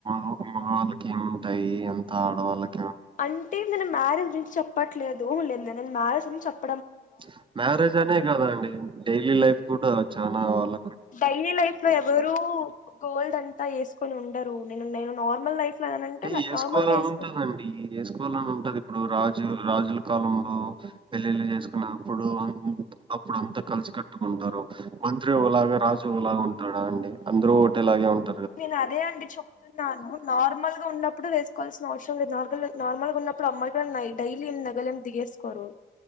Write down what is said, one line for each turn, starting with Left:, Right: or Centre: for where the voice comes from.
Right: మగ్ మగవాళ్ళకి ఏముంటాయి అంతా ఆడవాళ్ళక్
Left: అంటే నేను మ్యారేజ్ గురించి చెప్పట్లేదు లేద్ నేన్ మ్యారేజ్ గురించాప్
Right: ప్చ్ మ్యారేజ్ అనే కదాండి డైలీ లైఫ్ కూడా చాలా వాళ్ళ
Left: డైలీ లైఫ్లో ఎవ్వరు గోల్డ్ అంత్ తా వేస్కొని ఉండరు నేను నేను నార్మల్ లైఫ్ లో అనంటే
Right: అంటే ఏస్కోవాలని
Left: నార్మల్ గా వేసుకో
Right: ఉంటదండి ఏస్కోవాలని ఉంటది ఇప్పుడు రాజ్ ు రాజుల కాలంలో పెళ్లిళ్ళ చేసుకున్నప్పుడు అప్పుడు అంతా కలిసి కట్టుకుంటారు మంత్రి ఓ లాగా రాజు ఓ లాగా ఉంటాడా అండి అందరూ ఒకటేలాగే ఉంట
Left: నేను అదే అండి చెప్తున్నాను నార్మల్ ఉన్నప్పుడు వేస్ తీకోవాల్సిన అవసరం లేదు నార్ల్ నార్మల్గా ఉన్నప్పుడు అమ్మయి కూడాన్నా డైలీ ఏం నగలేం దిగెస్కోరు